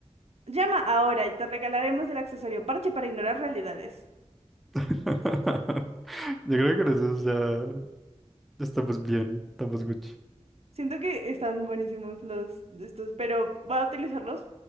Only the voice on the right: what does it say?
Llama ahora y te regalaremos el accesorio parche para ignorar realidades.
Siento que están buenísimos los de estos, pero voy a utilizarlos